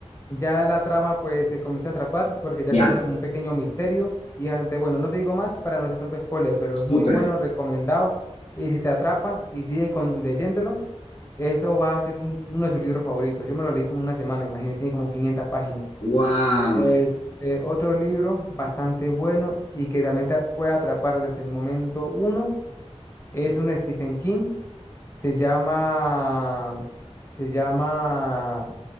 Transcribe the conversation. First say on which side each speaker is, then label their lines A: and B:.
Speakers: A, on the left; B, on the left.
A: ya la trama pues te comienza a atrapar porque ya
B: Ya.
A: comienza como un pequeño misterio y es bastante bueno. No te digo más para no hacer tanto spoiler, pero es muy
B: Súper.
A: bueno, recomendado. Y si te atrapa y sigues con, leyéndolo, eso va a ser un- uno de sus libros favoritos. Yo me lo leí como una semana, imagínate, tiene como 500 páginas.
B: Wow.
A: Este, otro libro bastante bueno y que también te puede atrapar desde el momento uno es un Stephen King. Se llama, se llama